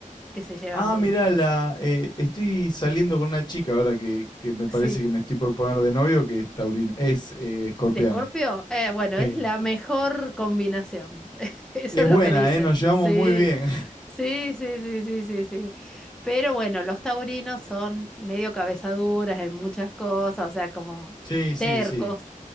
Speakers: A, in the centre; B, on the left (about 30°).
A: que se llevan
B: Ah,
A: bien.
B: mirá, la, eh, estoy saliendo con una chica ahora que, que me
A: Sí.
B: parece que me estoy por poner de novio, que es taurina, es eh, escorpiana.
A: ¿De Escorpio? Eh, bueno,
B: Sí.
A: es la mejor combinación. <laughs> Eso
B: Es
A: es
B: buena,
A: lo que dicen.
B: ¿eh? Nos llevamos
A: Sí.
B: muy bien. <laughs>
A: Sí, sí, sí, sí, sí, sí. Pero bueno, los taurinos son medio cabezaduras en muchas cosas, o sea, como
B: Sí, sí,
A: tercos.
B: sí.